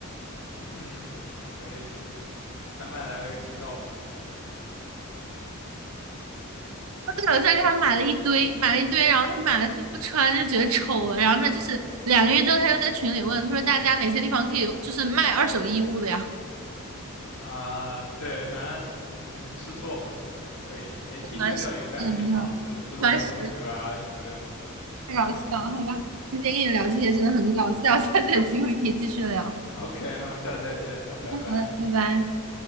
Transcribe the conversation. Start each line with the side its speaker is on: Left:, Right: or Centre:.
Left: <laughs> 嗯，可以。丹麦来了个清道夫
Right: <laughs> 他了，个在他买了一堆，买了一堆，然后他买了他又不穿，就觉得丑了，然后他就是两个月之后，他又在群里问，他说大家哪些地方可以就是卖二手衣物的呀？
Left: 啊，对，反正嗯，试错嘛，可以。年轻就是要勇敢地去尝试不同的风格啊什么的。
Right: <laughs> 蛮神的，蛮神太搞笑了，好吧，今天跟你聊这些真的很搞笑，<laughs> 下次有机会可以继续聊，好
Left: OK，那我们下次再接着聊，拜拜。
Right: 的，拜拜。